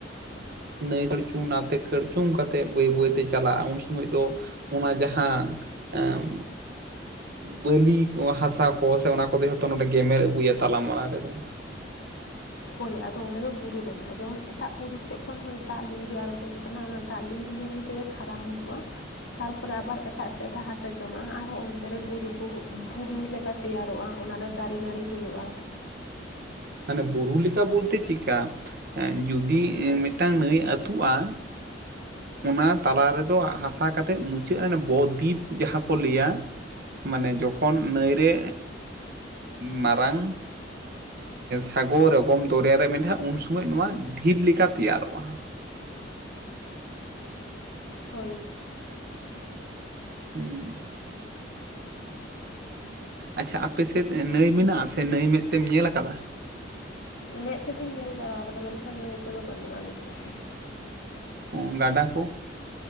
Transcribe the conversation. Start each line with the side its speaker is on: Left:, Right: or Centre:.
Right: ᱱᱟᱹᱭ ᱠᱷᱟᱹᱲᱪᱩᱝ ᱱᱟᱛᱮ ᱠᱷᱟᱹᱲᱪᱩᱝ ᱠᱟᱛᱮᱜ ᱵᱟᱹᱭ ᱵᱟᱹᱭᱛᱮ ᱪᱟᱞᱟᱜ-ᱟ ᱩᱱ ᱥᱩᱢᱚᱭ ᱫᱚ ᱚᱱᱟ ᱡᱟᱦᱟᱸ ᱮᱢ ᱵᱟᱹᱞᱤ ᱠᱚ ᱦᱟᱥᱟ ᱠᱚ ᱥᱮ ᱚᱱᱟ ᱠᱚᱫᱚ ᱡᱷᱚᱛᱚ ᱱᱚᱰᱮ ᱜᱮᱢᱮᱨ ᱟᱹᱜᱩᱭᱟ ᱛᱟᱞᱟᱢᱟᱞᱟ ᱨᱮᱫᱚ ᱾
Left: ᱦᱳᱭ ᱟᱫᱚ ᱚᱸᱰᱮ ᱫᱚ ᱵᱩᱨᱩ ᱵᱮᱱᱟᱜ-ᱟ ᱡᱮᱢᱚᱱ ᱮᱴᱟᱜ ᱵᱩᱨᱩ ᱥᱮᱜ ᱠᱷᱚᱱ ᱦᱚᱸᱭ ᱫᱟᱜ ᱞᱤᱸᱜᱤ ᱟᱬᱜᱚᱱ ᱠᱟᱱᱟ ᱚᱱᱟ ᱫᱟᱜ ᱞᱤᱸᱜᱤ ᱞᱤᱸᱜᱤ ᱛᱮᱜᱮ ᱠᱷᱟᱨᱟᱝ ᱦᱤᱡᱩᱜ-ᱟ᱾ ᱛᱟᱨᱯᱚᱨᱮ ᱟᱵᱟᱨ ᱮᱴᱟᱜ ᱥᱮᱜ ᱨᱮ ᱦᱟᱥᱟ ᱡᱚᱢᱟᱜ-ᱟ ᱟᱨᱦᱚᱸ ᱚᱱᱛᱮ ᱨᱮ ᱵᱩᱨᱩ ᱠᱚ ᱵᱩᱨᱩ ᱞᱮᱠᱟᱛᱮ ᱛᱮᱭᱟᱨᱚᱜ-ᱟ ᱚᱱᱟᱨᱮ ᱫᱟᱨᱮ ᱱᱟᱹᱲᱤ ᱦᱩᱭᱩᱜ-ᱟ᱾
Right: <unintelligible> ᱢᱟᱱᱮ ᱵᱩᱨᱩ ᱞᱮᱠᱟ ᱵᱚᱞᱛᱮ ᱪᱤᱠᱠᱟ ᱟᱸ ᱡᱩᱫᱤ ᱢᱤᱫᱴᱟᱝ ᱱᱟᱹᱭ ᱟᱹᱛᱩᱜ-ᱟ ᱚᱱᱟ ᱛᱟᱞᱟ ᱨᱮᱫᱚ ᱦᱟᱥᱟ ᱠᱟᱛᱮᱜ ᱢᱩᱪᱟᱹᱜᱮᱱ ᱵᱚᱫᱤᱯ ᱡᱟᱦᱟᱸ ᱠᱚ ᱞᱟᱹᱭᱟ᱾ ᱢᱟᱱᱮ ᱡᱚᱠᱷᱚᱱ ᱱᱟᱹᱭᱨᱮ ᱢᱟᱨᱟᱝ ᱥᱟᱜᱚᱨ ᱚᱜᱚᱢ ᱫᱚᱨᱭᱟ ᱨᱮ ᱢᱮᱱ ᱫᱟ ᱦᱟᱸᱜ ᱩᱱ ᱥᱚᱢᱚᱡ ᱱᱚᱣᱟ ᱰᱷᱤᱯ ᱞᱮᱠᱟ ᱛᱮᱭᱟᱨᱚᱜᱼᱟ ᱾
Left: ᱦᱳᱭ ᱾
Right: ᱦᱩᱸ ᱾ ᱟᱪᱪᱷᱟ ᱟᱯᱮ ᱥᱮᱫ ᱱᱟᱹᱭ ᱢᱮᱱᱟᱜᱼᱟ ᱥᱮ ᱱᱟᱹᱭ ᱢᱮᱫ ᱛᱮᱢ ᱧᱮᱞ ᱟᱠᱟᱫᱟ?
Left: ᱢᱮᱫ ᱛᱮᱫᱚᱧ ᱧᱮᱞ ᱵᱟᱲᱟ ᱟᱠᱟᱫᱟ ᱢᱮᱱᱠᱷᱟᱱ ᱱᱟᱹᱭ ᱠᱚᱫᱚ ᱵᱟᱹᱱᱩᱜᱼᱟ ᱟᱞᱮ ᱥᱮᱫ ᱫᱚ ᱾
Right: ᱚ ᱜᱟᱰᱟ ᱠᱚ?